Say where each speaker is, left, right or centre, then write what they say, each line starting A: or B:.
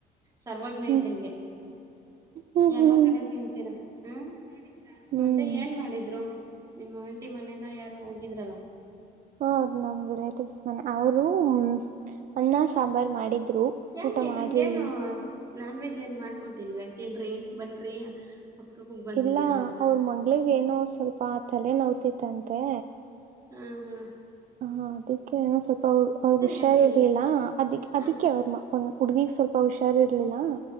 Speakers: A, on the right; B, on the right.
A: ಸರ್ವಜ್ಞ
B: ಹ್ಮ್
A: ಇದ್ದಂಗೆ
B: ಹ್ಮ್ ಹ್ಮ್
A: ಎಲ್ಲಾ ಕಡೆ ತಿಂತೀ ಹ್ಮ್
B: ಹ್ಮ್
A: ಮತ್ತೆ ಏನ್ ಮಾಡಿದ್ರು ನಿಮ್ಮ ಆಂಟಿ ಮನೇನ ಯಾರು ಹೋಗಿದ್ರಲ್ಲ
B: ಹರ್್ಟಿವ್ಸ್ ಮ ಅವ ಹುಕ್ಸ್ ಅನ್ನ ಸಾಂಬಾರು ಮಾಡಿದ್ರು
A: ಯಾಕೆ
B: ಊಟ ಮಾಡ್ರಿ
A: ನಿಮ್ಗೇನು ನಾನ್ ವೆಜ್ ಏನು ಮಾಡ್ಕೊಟ್ಟಿಲ್ವ ತಿನ್ರಿ ಬನ್ರಿ ಅಪ್ರೂಪಕ್ ಬಂದಿದ್ದೀರಾ
B: ಎಲ್ಲಾ
A: ಅಂತ
B: ಅವ್ರ ಮಂಗಗಳ ಏನೋ ಸ್ವಲ್ಪ ಆ ತಲೆ ನವ್ತಿತ್ತಂತೆ
A: ಹ್ಮ್ ಹ್ಮ್
B: ಹಾ ಅದಿಕ್ಕೆ ಏನೋ ಸ್ವಲ್ಪ ಅವಳಗ್ ಹುಷಾರಿ
A: ಯಾಕೆ
B: ಇರ್ಲಿಲ್ಲ ಅದಿ ಅದಿ
A: ಹ
B: ಅವ್ರಮ್ಮ ಒ ಹುಡ್ಗಿಗ್ ಸ್ವಲ್ಪ ಪಹುಷಾರ ಇರ್ಲಿಲ್ಲ